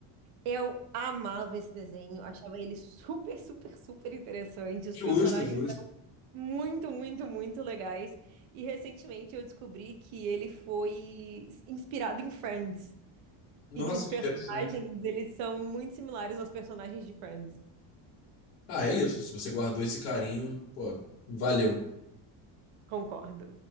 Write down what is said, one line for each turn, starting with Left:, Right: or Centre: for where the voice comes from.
Right: Eu amava esse desenho, achava ele super, super, super interessante. Os
Left: justo,
Right: personagens
Left: justo.
Right: eram muito, muito, muito legais. E recentemente eu descobri que ele foi inspirado em Friends.
Left: Nossa,
Right: E que os personagens,
Left: que interessante.
Right: eles são muito similares aos personagens de Friends.
Left: Ah, é isso. Se você guardou esse carinho, pô, valeu.
Right: Concordo.